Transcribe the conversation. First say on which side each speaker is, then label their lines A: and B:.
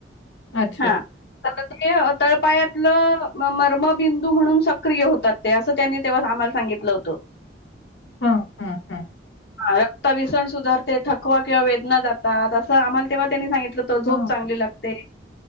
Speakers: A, on the left; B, on the left.
A: अच्छा.
B: हा आता ते. तळ पायात मर्मबिंदू म्हणून सक्रिय होतात ते असं त्यांनी तेव्हा आम्हाला सांगितलं होतं.
A: हा हा हा.
B: रक्त बसण सुधारते थकवा किंवा वेदना जातात असं आम्हाला तेव्हा त्यांनी तर झोप
A: हां.
B: चांगली लागते.